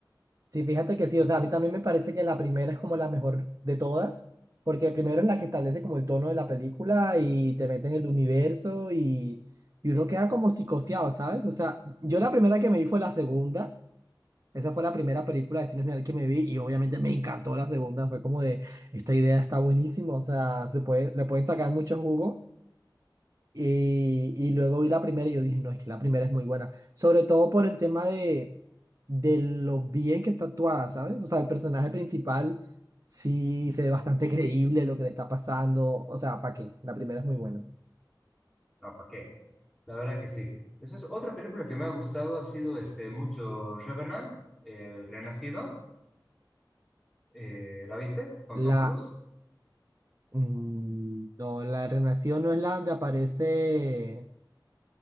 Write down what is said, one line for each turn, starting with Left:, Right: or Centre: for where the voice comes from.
Right: Sí, fíjate que sí, o sea, a mí también me parece que la primera es como la mejor de todas, porque primero es la que establece como el tono de la película y te mete en el universo y, y uno queda como psicoseado, ¿sabes? O sea, yo la primera que me vi fue la segunda, esa fue la primera película de Destino Final que me vi y obviamente me encantó la segunda, fue como de, esta idea está buenísima, o sea, se puede, le pueden sacar mucho jugo. Y, y luego vi la primera y yo dije, no, es que la primera es muy buena. Sobre todo por el tema de, de lo bien que está actuada, ¿sabes? O sea, el personaje principal sí se ve bastante creíble lo que le está pasando. O sea, ¿para qué? La primera es muy buena.
Centre: No, ¿para qué? La verdad que sí. Esa es otra película que me ha gustado, ha sido este, mucho Revenant, El Renacido. Eh, ¿la viste? Con
Right: La...
Centre: Tom Cruise.
Right: mm, no, la de Renación no es la donde aparece...